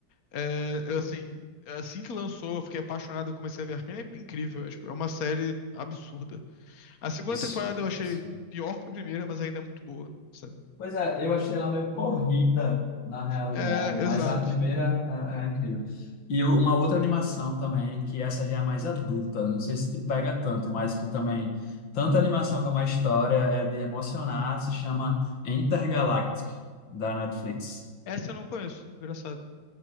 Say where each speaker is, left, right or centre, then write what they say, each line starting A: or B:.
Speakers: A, on the left; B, on the left.
A: é, eu, assim, assim que lançou, eu fiquei apaixonado, eu comecei a ver Arcane. É incrível, é, tipo, é uma série absurda. A segunda
B: Absurdo,
A: temporada eu achei
B: absurdo.
A: pior que a primeira, mas ainda é muito boa, sabe?
B: Pois é, eu achei ela meio corrida na realidade,
A: É,
B: mas
A: exato.
B: a primeira é, é incrível. E eu- uma outra animação também, que essa já é mais adulta, não sei se te pega tanto, mas que também, tanto a animação como a história é de emocionar, se chama Intergalactic, da Netflix.
A: Essa eu não conheço, engraçado.